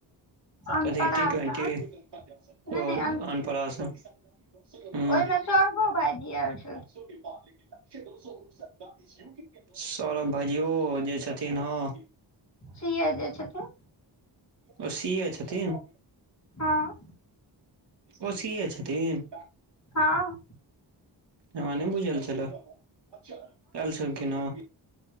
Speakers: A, on the left; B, on the right.
A: अन्नप्राशन
B: कथी टी ट्वेंटी आओर
A: नहि नहि
B: अन्नप्राशन ऊं
A: ओहिमे सौरभो भाइजी आयल छै
B: <unintelligible> सौरभ भाइजी ओ जे छथिन हं
A: सी ए जे छथिन
B: ओ सी ए छथिन
A: हँ
B: ओ सी ए छथिन
A: हँ
B: हमरा नय बुझल छले आयल छलखिन हं